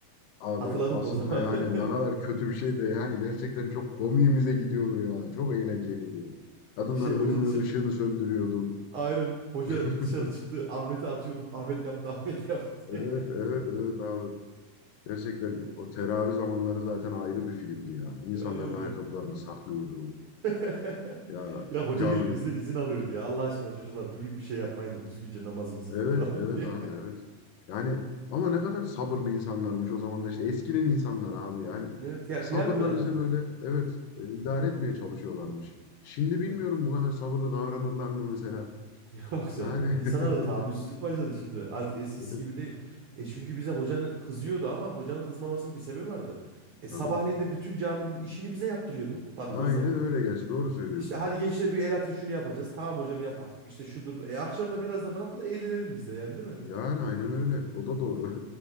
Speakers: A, on the left; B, on the right.
A: Abi
B: Hatırladın
A: aslında
B: mı o zaman?
A: yani ne kadar
B: <laughs>
A: kötü bir şey de yani gerçekten çok komiğimize gidiyordu ya. Çok eğlenceliydi ya. Kadınlar
B: Şey hoca
A: bölümünün
B: dışarı
A: ışığını söndürüyorduk.
B: Aynen. Hoca
A: <laughs>
B: dışarı çıktı. Ahmet'i atıyorduk. Ahmet yaptı, Ahmet yaptı
A: Evet,
B: diye.
A: evet, evet abi. Gerçekten
B: <laughs>
A: o teravih zamanları zaten ayrı bir filmdi ya. İnsanların
B: Aynen
A: ayakkabılarını
B: ya.
A: saklıyordu.
B: <laughs>
A: Ya
B: Ya hoca
A: cami.
B: gelip bizden izin alıyordu ya. Allah aşkına çocuklar bugün bir şey yapmayın da düzgünce namazımızı
A: Evet,
B: kıldıralım
A: evet
B: <laughs> diye.
A: abi, evet. Yani ama ne kadar sabırlı insanlarmış o zamanlar işte eskinin insanlar abi yani.
B: Evet ya
A: Sabırla
B: kıyamıyorlardı.
A: bize böyle evet e, idare etmeye çalışıyorlarmış. Şimdi bilmiyorum
B: E,
A: bu kadar sabırlı davranırlar mı mesela.
B: <laughs> Yok canım
A: Yani
B: ya. İnsanlar
A: <laughs>
B: da tahammülsüzlük başladı şimdi. Artık eskisi
A: evet
B: gibi değil. E çünkü bize hocanın kızıyordu ama hocanın kızmamasının bir sebebi vardı. E
A: tabii.
B: sabahleyin de bütün caminin işini bize yaptırıyordu baktığın
A: Aynen
B: zaman.
A: öyle gerçi doğru söylüyorsun.
B: İşte hadi gençler bir el atın şunu yapacağız. Tamam hocam yapak. İşte şudur. E akşam da biraz da bırakın da eğlenelim biz de yani değil mi?
A: Yani aynen öyle. O da doğru.